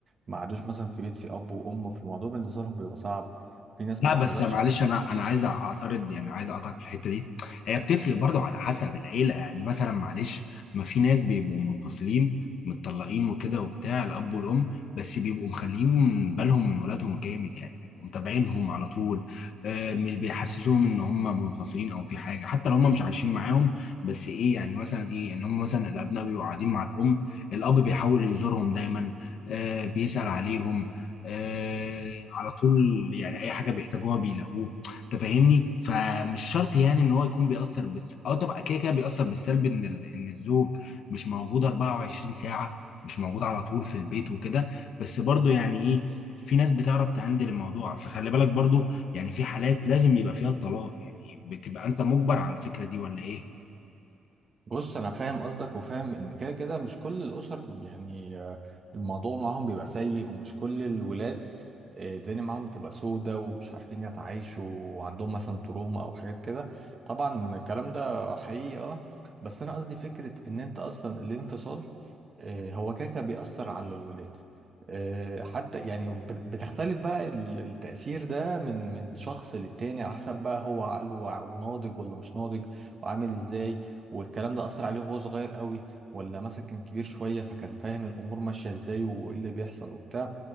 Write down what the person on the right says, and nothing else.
ما عادوش مثلا في بيت في اب وام في الموضوع بالنسبه لهم بيبقى صعب في ناس
ما بتقدرش
اصلا
بص انا فاهم قصدك وفاهم ان كده كده مش كل الاسر يعني آه، الموضوع معاهم بيبقى سيء ومش كل الولاد آه، الدنيا معاهم بتبقى سودة ومش عارفين يتعايشوا وعندهم مثلا تروما او حاجات كده طبعا الكلام ده حقيقي اه بس انا قصدي فكرة ان انت اصلا الانفصال آه، هو كده كده بيأثر على الولاد آه، حتى يعني بت- بتختلف بقى ال- التأثير ده من من شخص للتاني على حسب بقى هو عقله وع- وناضج ولا مش ناضج وعامل ازاي والكلام ده أثر عليه وهو صغير قوي ولا مثلا كان كبير شوية فكان فاهم الأمور ماشية إزاي وإيه اللي بيحصل وبتاع